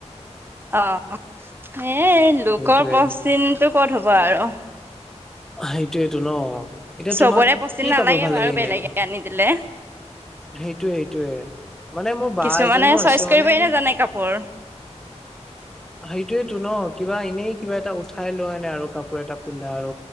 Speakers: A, on the right; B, in the centre.
A: অ' এ লোকৰ
B: সেইটোয়ে
A: পশ্চিমতটো ক'ত হ'ব আৰু
B: সেইটোয়েইটো ন এতিয়া
A: চবৰে
B: তোমাক
A: পচিন
B: কি
A: নালাগে
B: কাপোৰ ভাল
A: বাৰু
B: লাগে এনে।
A: বেলেগে আনি দিলে।
B: সেইটোৱে সেইটোৱে। মানে মোৰ বা
A: কিছুমানে
B: এজনীও
A: চইচ
B: আছে
A: কৰিবই
B: মানে।
A: নাজানে কাপোৰ
B: সেইটোয়ো ন কিবা এনেই কিবা এটা উঠাই লোৱা আনে আৰু কাপোৰ এটা পিন্ধা আৰু